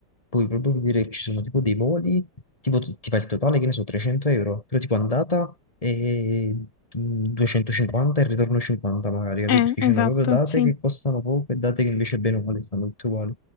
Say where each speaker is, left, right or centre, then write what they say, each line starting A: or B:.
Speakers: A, on the left; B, on the left.
A: puoi proprio vedere che ci sono tipo dei voli, tipo tu- ti fa il totale, che ne so, 300 euro, però tipo andata e 250 e ritorno 50 magari, capi?
B: Eh,
A: Perché
B: esatto,
A: ci sono proprio date
B: sì.
A: che costano poco e date che invece bene o male stanno tutte uguali.